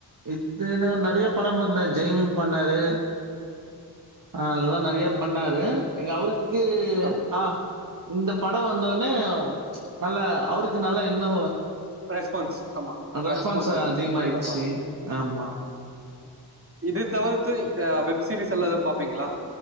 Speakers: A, on the right; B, on the right.
A: இத்தன நெறய படம் வந்தா ஜெய்பீம் பண்ணாரு ஆஹ் அதெல்லா நறைய பண்ணாரு எங் அவ்ருக் கே
B: ஆமா
A: ஆ இந்த படோ வந்தோ னே நல்ல அவ்ருக்கு நல்ல இன்னு
B: ரெஸ்பான்ஸ் ஆமா
A: அந்த ரெஸ்பான்ஸ்
B: இருந்துச்சு
A: அதிக்மாய்ர்ச்சி
B: நல்லா பா
A: ஆமா
B: இது தவர்த்து அ வெப் சீரிஸல்லா எதா பாப்பீங்ளா